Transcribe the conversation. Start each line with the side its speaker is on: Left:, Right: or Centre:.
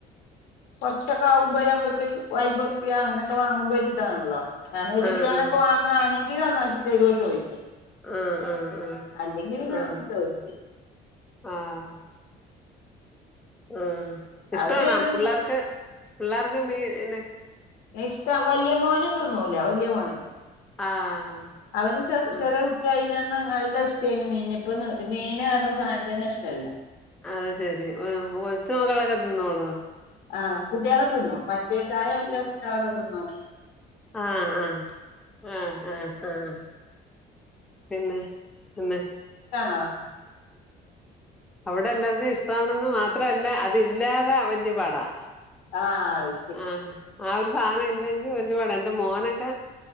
Left: കുറച്ചൊക്കെ ആകുമ്പോ നമ്മളിപ്പോ ഒരു അയ്മ്പ്റ്പിയ അങ്ങനെയൊക്കെ വാങ്ങ്മ്പോ ഇത് ഇതാണല്ലോ ഞാന് ഒരു
Centre: ആഹ്
Left: കിലോനൊക്കെ
Centre: ആഹ്
Left: വാങ്ങണങ്കിനന്നാക്കിതരോചോയ്ച്ചും
Centre: ആഹ് ആഹ് ആഹ്
Left: അല്ലെങ്കിൽ നോ
Centre: ആഹ്
Left: <unintelligible>
Centre: ആഹ് ആഹ് ഇഷ്ടണൊ
Left: അവര് ഇത്
Centre: പുള്ളേർക്ക് പിള്ളേർക്ക് മീന്
Left: ഇഷ്ട വല്യ മോന് തിന്നൂല വല്യ മോന്
Centre: ആഹ്
Left: അവന് ചെ
Centre: ആ
Left: ചെറിയ കുട്ടിയിനന്ന് നല്ല ഇഷ്ടമായിന് മീന് ഇപ്പൊ മീന് ന്ന് സാധനം തന്നെ ഇഷ്ടല്ല
Centre: അത്ശെരി ഒച്ച് മക്കളൊക്കെ തിന്നോളൂ
Left: ആഹ് കുട്യള് തിന്നും മറ്റേ ചായല്ല കുട്ടിളൊക്കെതിന്നും
Centre: ആഹ് ആഹ് ആഹ് ആഹ് ആഹ് പിന്നെ പിന്നെ
Left: ആണോ
Centre: അവിടെ എല്ലാവർക്കും ഇഷ്ടമാണെന്ന് മാത്രല്ല അതില്ലാതെ വല്യ പാടാ
Left: ആഹ് ആയി
Centre: ആഹ് ആഹ് ഒരു സാധനം ഇല്ലെങ്കി വല്യ പാട് എന്റെ മോനൊക്കെ